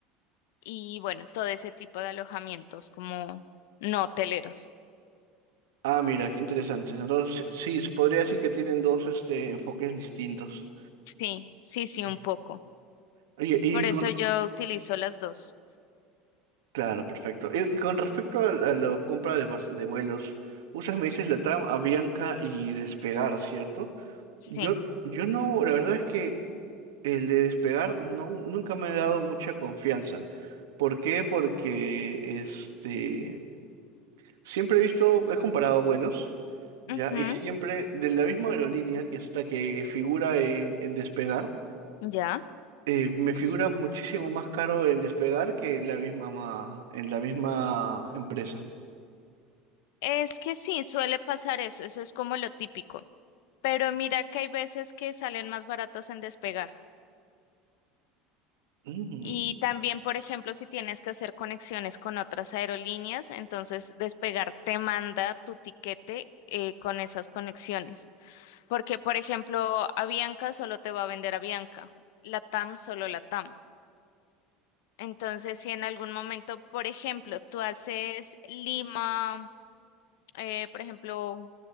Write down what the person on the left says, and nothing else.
y bueno, todo ese tipo de alojamientos como no hoteleros.
Sí, sí, sí,
un poco.
Por
eso yo utilizo las dos.
Sí.
Ujú,
ya.
Es que sí, suele pasar eso, eso es como lo típico. Pero mira que hay veces que salen más baratos en Despegar.
Y también, por ejemplo, si tienes que hacer conexiones con otras aerolíneas, entonces Despegar te manda tu tiquete eh, con esas conexiones. Porque, por ejemplo, Avianca solo te va a vender Avianca, Latam solo Latam. Entonces, si en algún momento, por ejemplo, tú haces Lima, eh, por ejemplo,